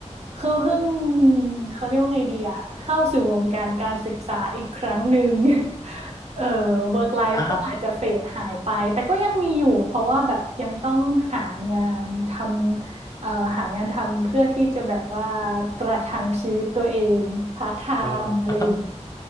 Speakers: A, on the right (about 60°); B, on the left (about 30°).
A: คือเพิ่งเขาเรียกว่าไงดีอะเข้าสู่วงการการศึกษาอีกครั้งหนึ่ง <laughs> เออ work life
B: ฮะ
A: ก็อาจจะเฟดหายไปแต่ก็ยังมีอยู่เพราะว่าแบบยังต้องหางานทำเอ่อหางานทำเพื่อที่จะแบบว่าประทังชีวิตตัวเองพาร์ทไทม์อะไรอย่าง
B: เออมันต้อง